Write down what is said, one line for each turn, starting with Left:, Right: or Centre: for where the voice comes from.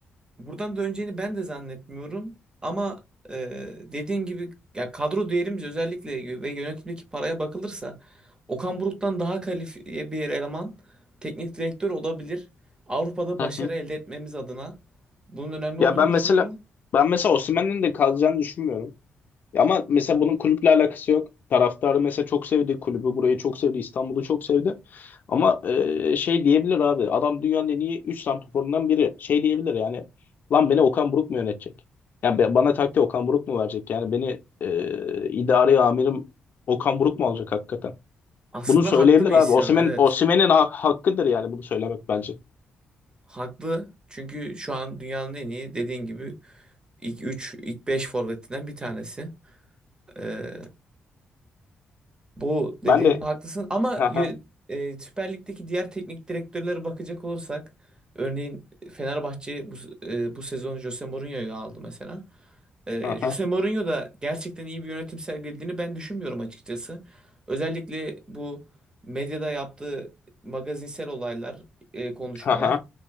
Right: buradan döneceğini ben de zannetmiyorum ama e, dediğin gibi ya kadro değerimiz özellikle ve yönetimdeki paraya bakılırsa Okan Buruk'tan daha kalifiye bir eleman teknik direktör olabilir. Avrupa'da
Left: Hı
Right: başarı
Left: hı.
Right: elde etmemiz adına bunun önemli
Left: Ya
Right: olduğunu
Left: ben
Right: düşünüyorum.
Left: mesela ben mesela Osimhen'in de kalacağını düşünmüyorum. Ya ama mesela bunun kulüple alakası yok. taraftarı mesela çok sevdi kulübü, burayı çok sevdi, İstanbul'u çok sevdi. Ama e, şey diyebilir abi, adam dünyanın en iyi 3 santraforundan biri. Şey diyebilir yani, lan beni Okan Buruk mu yönetecek? Yani be- bana taktiği Okan Buruk mu verecek? Yani beni e, idari amirim Okan Buruk mu alacak hakikaten?
Right: Aslında
Left: Bunu söyleyebilir
Right: haklı bir
Left: abi.
Right: isyan
Left: Osimhen,
Right: evet.
Left: Osimhen'in ha- hakkıdır yani bunu söylemek bence.
Right: Haklı. Çünkü şu an dünyanın en iyi dediğin gibi İlk 3, ilk 5 forvetinden bir tanesi. Ee, bu dediğinde
Left: Ben de
Right: haklısın
Left: <laughs>
Right: ama
Left: ha
Right: y-
Left: ha
Right: e, Süper Lig'deki diğer teknik direktörlere bakacak olursak örneğin Fenerbahçe bu, e, bu sezon Jose Mourinho'yu aldı mesela. Ee,
Left: ha
Right: Jose Mourinho da gerçekten iyi bir yönetim sergilediğini ben düşünmüyorum açıkçası. Özellikle bu medyada yaptığı magazinsel olaylar, e, konuşmalar
Left: ha